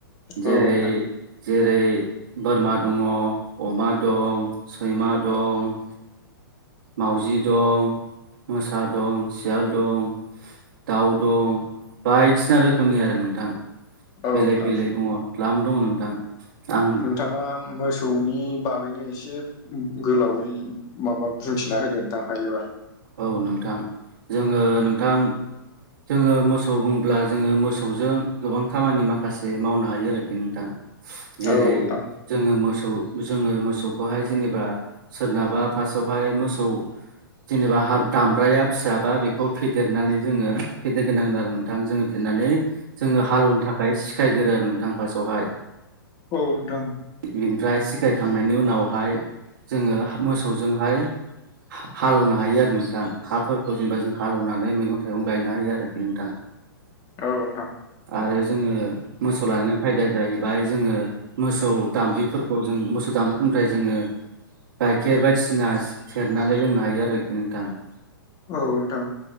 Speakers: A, on the right (about 60°); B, on the left (about 30°).
A: जेरै
B: औ नोंथां
A: जेरै बोरमा दङ अमा दं सैमा दं मावउजि दं मोसा दं सियाल दं दाउ दं बायदिसिना रोखोमनि आरो नोंथां
B: औ
A: बेलेग
B: नोंथां
A: बेलेग दङ लाम दङ नोंथां आं
B: नथाङा मोसौनि बागैनो एसे गोलावै माबा बुंथिना होदों थां हायोबा
A: औ नोंथां जोङो नोंथां जोङो मोसौ बुङ्ला जोङो मोसौजों गोबां खामानि माखासे मावनो हायो आरोखि नोंथां जेरै
B: औ नोंथां
A: जोङो मोसौ जोङो मोसौखौहाय जेनेबा सोरनाबा फार्स्टआवहाय मोसौ जेनेबा दामब्राया फिसाबा बेखौ फेदेरनानै जोङो फेदेरग्रोनांगोन आरो नोंथां जोङो फेेरनानै जोङो हालेवनो थाखाय सिखायगोरो आरो नोंथां फार्सेआवहाय
B: औ नोंथां
A: बिनिफ्राय सिगायखांनायनि उनावहाय जोङो मोसौजोंहाय हालेौनो हायो आरो नोंथां हाफोरखौ जेनेबा जों हालेवनानै मैगं थाइगं गायनो हायो आरोखि नोंथां
B: औ नोंथां
A: आरो जोङो मोसौ लानायानानै फायदाया जाहैबाय जोङो मोसौ दामब्रिफोरखौ जों मोसौ दामब्रिफोरनिफ्राय जोङो गाइखेर बायदिसिना सेरनानै लोंनो हायो आरोखि नोंथां
B: औ नोंथां